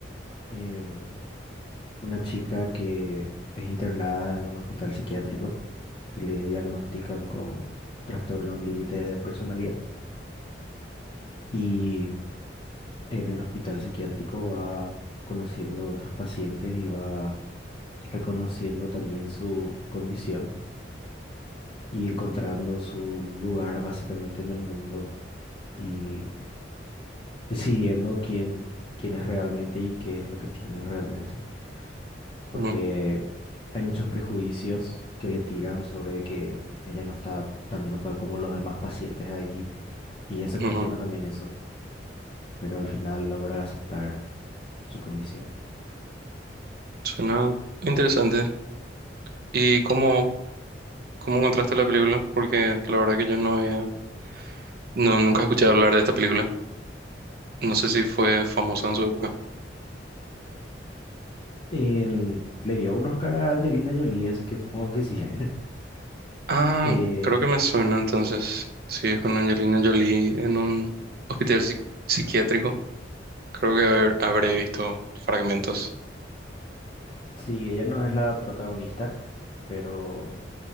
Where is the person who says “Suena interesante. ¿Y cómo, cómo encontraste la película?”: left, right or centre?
Right